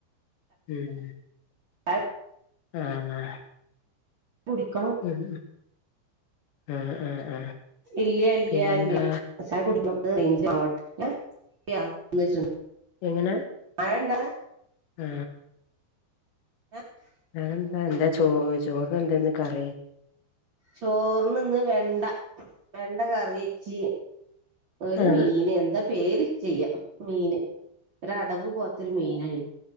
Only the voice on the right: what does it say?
അ
കുടിക്കണം
ഇല്ല്യ ല്ല്യാ
ല്ല്യാ ചായ കുടിക്ക റെയ്ഞ്ച് ആവ <unintelligible>
ആണ്ടാ
ദറ്റ്
ചോറിന് ഇന്ന് വെണ്ട വെണ്ട കറി വച്ചി ഒരു
മീന് എന്താ പേര് ചെയ്യാം മീന് ഒ അടവ് പോലേ ഒര് മിയിനായിഴ